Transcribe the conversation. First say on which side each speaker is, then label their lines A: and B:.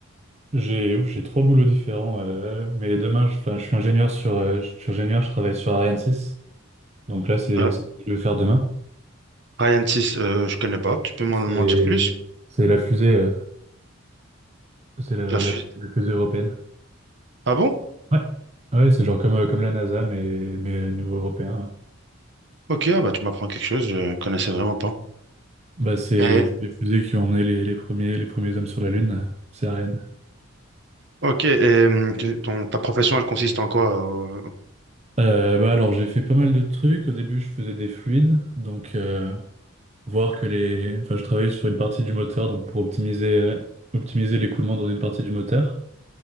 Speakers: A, on the right; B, on the right.
A: J'ai ouf, j'ai trois boulots différents, euh, mais demain, je, enfin, je suis ingénieur sur, euh, je je suis ingénieur, je travaille sur Ariane 6, donc là, c'est
B: Euh,
A: c'est ce que je vais faire demain.
B: Ryan 6, euh, je connais pas. Tu peux m'en
A: C'est
B: m'en dire plus?
A: c'est la fusée, euh, c'est la,
B: La fu-
A: la- la fusée européenne.
B: Ah bon?
A: Ouais, ouais, c'est genre comme, euh, comme la NASA, mais, mais au niveau européen. ouais.
B: Ok, ah bah, tu m'apprends quelque chose, je connaissais vraiment pas.
A: Bah c'est
B: Et-
A: c'est les fusées qui ont emmené les, les premiers, les premiers hommes sur la Lune, euh, c'est Ariane.
B: ok, et hum, tu- ton, ta profession, elle consiste en quoi? euh,
A: Euh, bah alors j'ai fait pas mal de trucs. Au début je faisais des fluides, donc euh, voir que les. Enfin je travaillais sur une partie du moteur, donc pour optimiser euh, optimiser l'écoulement dans une partie du moteur.